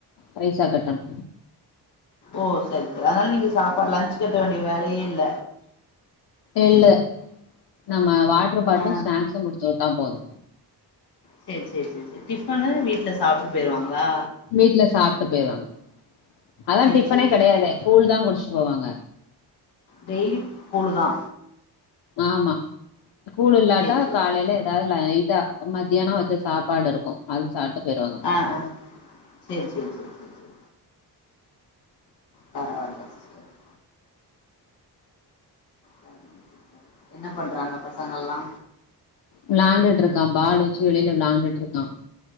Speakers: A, on the left; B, on the left.
A: பைசா கட்டணு
B: ஓ சரி சரி அதனால நீங்க சாப்பாடு லன்ச் கட்ட வேண்டிய வேலையே இல்ல
A: இல்லு நம்ம வாட்டர் பாட்லு
B: ஆ
A: ஸ்நாக்ஸு குடுத்து வுட்டா போது
B: சேரி சேரி செரி செரி டிஃபனு வீட்ல சாப்டு போயிருவாங்களா
A: வீட்ல சாப்ட்டு போயிருவாங்க அதா
B: சரி
A: டிஃபனே
B: சரி
A: கெடையாதே
B: சரி சரி சரி
A: கூழ் தா குடிச்சு போவாங்க
B: டெய்லி கூழுதா
A: ஆமா கூழ் இல்லாட்டா
B: சரி சரி
A: காலையில
B: சரி சரி
A: ஏதா ல லைட்டா மத்தியானொ வொச்ச சாப்பாடு இருக்கு அது சாப்டு போய்டுவாங்க
B: ஆ ஆ சேரி சேரி செரி செரி செரி அ <unintelligible> சரிங்க சிஸ்டர் என்ன பண்றாங்க பசங்கல்லா
A: விளாண்டுட்டு இருக்கா பால் வச்சு வெளில விளாண்டுட்ருக்கா